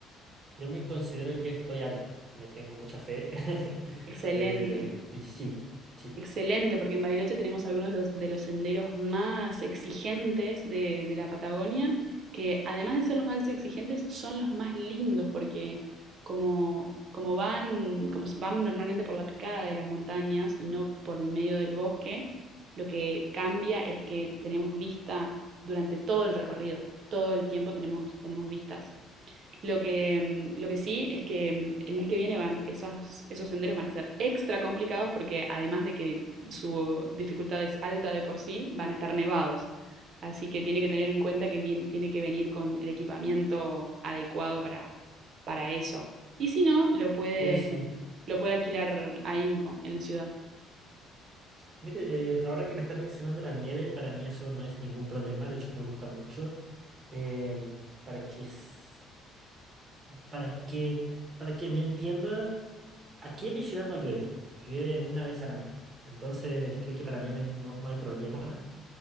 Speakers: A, on the right; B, on the right.
A: yo me considero que estoy alta, me tengo mucha fe. <laughs>
B: Excelente.
A: Eh, y sí, sí.
B: Excelente, porque en Bariloche tenemos algunos de los, de los senderos más exigentes de, de la Patagonia, que además de ser los más exigentes, son los más lindos, porque como, como van, como van normalmente por la picada de las montañas y no por el medio del bosque, lo que cambia es que tenemos vista durante todo el recorrido, todo el tiempo tenemos, tenemos vistas. Lo que, mm, lo que sí es que mm, el mes que viene van, esos, esos senderos van a ser extra complicados porque además de que su dificultad es alta de por sí, van a estar nevados. Así que tiene que tener en cuenta que vien- tiene que venir con el equipamiento adecuado para, para eso. Y si no, lo puede,
A: Uy, sí.
B: lo puede alquilar ahí mismo, en la ciudad.
A: Mire, eh, ahora que me está mencionando la nieve, para mí eso no es ningún problema, de hecho me gusta mucho. Em, para que, s- para que, para que me entienda, aquí en mi ciudad no llueve, llueve una vez al año. Entonces creo que para la nieve no, no hay problema.